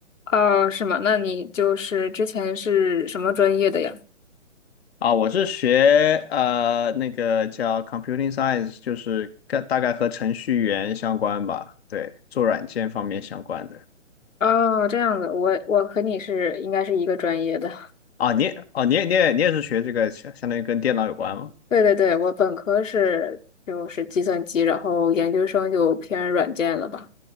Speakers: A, on the left; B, on the left.
A: 哦，是吗？那你就是之前是什么专业的呀？
B: 啊，我是学呃那个叫 computing science，就是跟大概和程序员相关吧，对，做软件方面相关的。
A: 哦，这样子，我我和你是应该是一个专业的。
B: 啊，你也哦，你也你也你也是学这个，相相当于跟电脑有关吗？
A: 对对对，我本科是就是计算机，然后研究生就偏软件了吧，